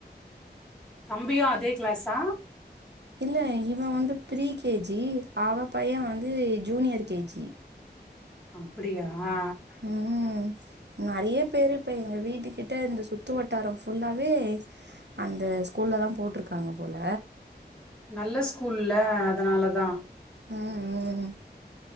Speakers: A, in the centre; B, on the right (about 80°).
A: தம்பியும் அதே கிளாசா
B: இல்ல இவ வந்து ப்ரீ கே ஜி அவ பைய வந்து ஜூனியர் கே ஜி
A: அப்டியா ஆ
B: ம் நெறைய பேரு இப்ப எங்க வீட்டு கிட்ட இந்த சுத்து வட்டாரம் ஃபுல்லாவே அந்த ஸ்கூல்ல தா போட்ருக்காங்க போல
A: நல்ல ஸ்கூல்ல அதனாலதான்
B: ம் ம்